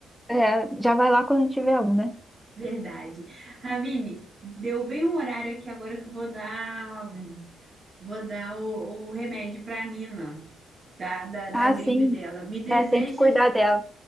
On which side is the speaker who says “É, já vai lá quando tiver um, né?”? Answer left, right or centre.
Centre